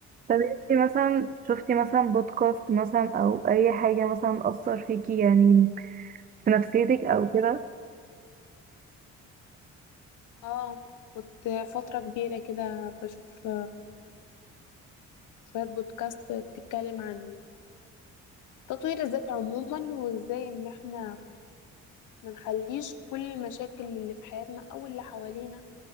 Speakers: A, on the right (about 30°); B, on the left (about 85°).
A: طب انتي مثلا شفتي مثلا بودكاست مثلا أو أي حاجة مثلا أثر فيكي يعني في نفسيتك أو كده؟
B: اه كنت فترة كبيرة كده بشوف شوية بودكاست بتتكلم عن تطوير الذات عموما وازاي ان احنا منخليش كل المشاكل اللي في حياتنا او اللي حوالينا